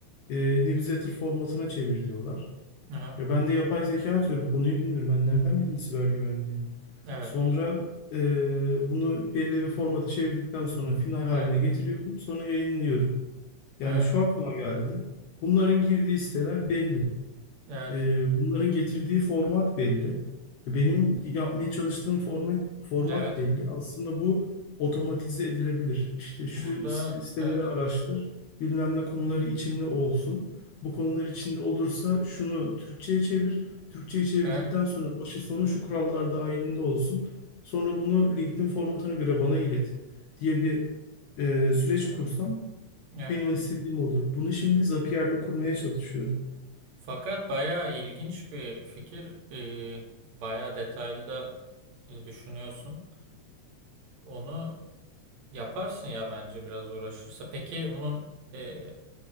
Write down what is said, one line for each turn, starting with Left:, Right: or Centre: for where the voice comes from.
Left: e, newsletter formatına çevir diyorlar.
Right: Hı hı.
Left: Ya ben de yapay zeka atıyorum. Konuyu bilmiyorum. Ben nereden bileyim siber güvenliği?
Right: Evet.
Left: Sonra eee, bunu belli bir formata çevirdikten sonra final haline
Right: Evet.
Left: getiriyorum. Sonra yayınlıyorum. Yani
Right: Evet.
Left: şu aklıma geldi. Bunların girdiği siteler belli.
Right: Evet.
Left: E, bunların getirdiği format belli. Benim yapmaya çalıştığım format, format
Right: Evet.
Left: belli. Aslında bu otomatize edilebilir. İşte şu
Right: Burada
Left: siteleri
Right: evet.
Left: araştır, bilmem ne konuları içinde olsun. Bu konular içinde olursa şunu Türkçe'ye çevir. Türkçe'ye çevirdikten
Right: Evet.
Left: sonra başı sonu şu kurallar dahilinde olsun. Sonra bunu LinkedIn formatına göre bana ilet diye bir e, süreç kursam
Right: Evet.
Left: benim istediğim oluyor. Bunu şimdi Zapier'le kurmaya çalışıyorum.
Right: Fakat bayağı ilginç bir fikir. Ee, bayağı detaylı da e, düşünüyorsun. Onu yaparsın ya bence biraz uğraşırsa. Peki bunun e,